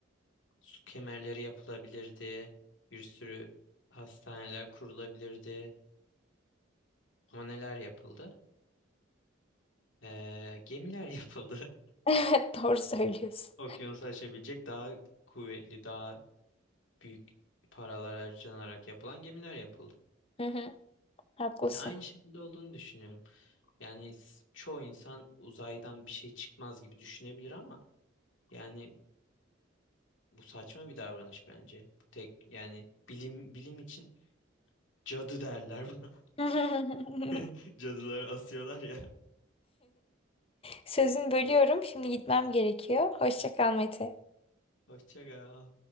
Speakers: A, on the left; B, on the left.
A: Su kemerleri yapılabilirdi, bir sürü hastaneler kurulabilirdi. Ama neler yapıldı? Ee, gemiler <laughs> yapıldı.
B: Evet, doğru söylüyorsun.
A: Okyanusu aşabilecek daha kuvvetli, daha büyük paralar harcanarak yapılan gemiler yapıldı.
B: Hı hı, haklısın.
A: Ya aynı şekilde olduğunu düşünüyorum. Yani s- çoğu insan uzaydan bir şey çıkmaz gibi düşünebilir ama yani Bu saçma bir davranış bence. Bu tek yani bilim bilim için cadı derler buna.
B: <laughs>
A: <laughs> Cadılar asıyorlar ya.
B: Sözünü bölüyorum. Şimdi gitmem gerekiyor. Hoşça kal Mete.
A: Hoşça kal.